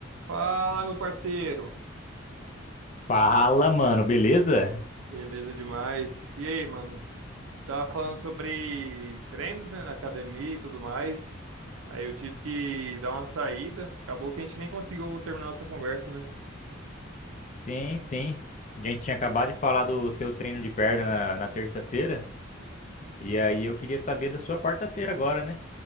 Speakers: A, on the right; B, on the left.
A: Fala, meu parceiro.
B: Fala, mano, beleza?
A: Beleza demais. E aí, mano? Estava falando sobre treinos, né, na academia e tudo mais. Aí eu tive que dar uma saída. Acabou que a gente nem conseguiu terminar nossa conversa, né?
B: Sim, sim. A gente tinha acabado de falar do seu treino de perna na, na terça-feira, e aí eu queria saber da sua quarta-feira agora, né?